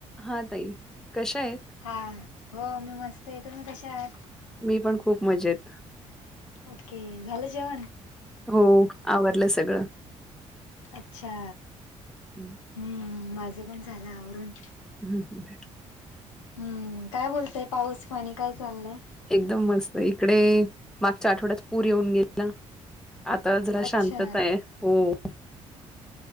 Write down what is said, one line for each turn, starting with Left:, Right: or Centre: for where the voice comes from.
Centre: हा ताई कशा आहेत?
Left: हा हो मी मस्त आहे, तुम्ही कशा आहात?
Centre: मी पण खूप मजेत.
Left: ओके, झालं जेवण?
Centre: हो आवरलं सगळं.
Left: अच्छा!
Centre: हम्म!
Left: हम्म, माझं पण झालं आवरून.
Centre: हम्म बरं!
Left: हम्म काय बोलतय पाऊस पाणी काय चाललंय?
Centre: एकदम मस्त इकडे मागच्या आठवड्यात पूर येऊन गेल. आता जरा
Left: अच्छा
Centre: शांतता आहे हो.